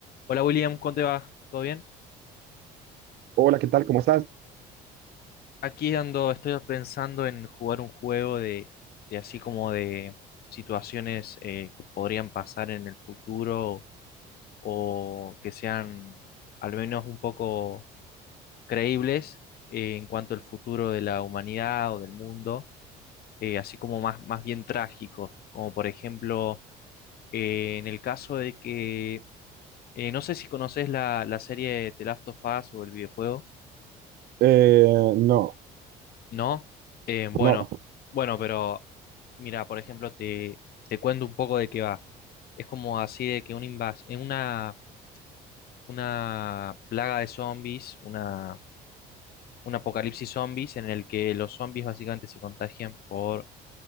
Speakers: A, on the left; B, on the right.
A: Hola William, ¿cómo te va? ¿Todo bien?
B: Hola, ¿qué tal? ¿Cómo estás?
A: Aquí ando, estoy pensando en jugar un juego de, de así como de situaciones eh, que podrían pasar en el futuro o que sean al menos un poco creíbles eh, en cuanto al futuro de la humanidad o del mundo, eh, así como más, más bien trágico, como por ejemplo eh, en el caso de que, eh, no sé si conoces la, la serie The Last of Us o el videojuego.
B: Eh, no,
A: No, eh, bueno,
B: no,
A: bueno, pero mira, por ejemplo, te, te cuento un poco de qué va. Es como así de que un invas en una, una plaga de zombies, una, un apocalipsis zombies en el que los zombies básicamente se contagian por